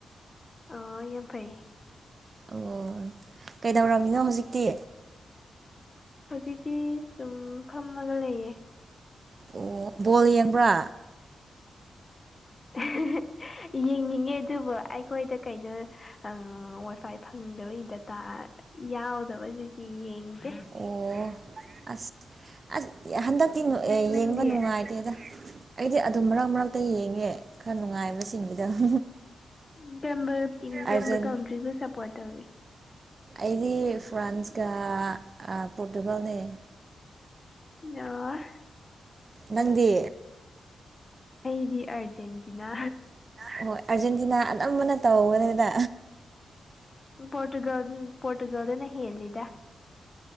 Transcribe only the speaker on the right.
ꯑꯣ ꯀꯩꯗꯧꯔꯝꯃꯤꯅꯣ ꯍꯧꯖꯤꯛꯇꯤ
ꯑꯣ ꯕꯣꯜ ꯌꯦꯡꯕ꯭ꯔꯥ
ꯑꯣ ꯑꯁ ꯑꯁ ꯍꯟꯗꯛꯇꯤ
ꯌꯦꯡꯕ ꯅꯨꯡꯉꯥꯏꯇꯦꯗ ꯑꯩꯗꯤ ꯑꯗꯨꯝ ꯃꯔꯛ ꯃꯔꯛꯇ ꯌꯦꯡꯉꯦ ꯈꯔ ꯅꯨꯡꯉꯥꯏꯕꯁꯤꯡꯒꯤꯗ <unintelligible>
ꯑꯥꯔꯖꯦꯟ
ꯑꯩꯗꯤ ꯐ꯭ꯔꯥꯟꯁꯒ ꯄꯣꯔꯇꯨꯒꯥꯜꯅꯦ
ꯅꯪꯗꯤ
ꯍꯣꯏ ꯑꯥꯔꯖꯦꯟꯇꯤꯅꯥ ꯑꯅꯝꯕꯅ ꯇꯧꯕꯅꯦꯗ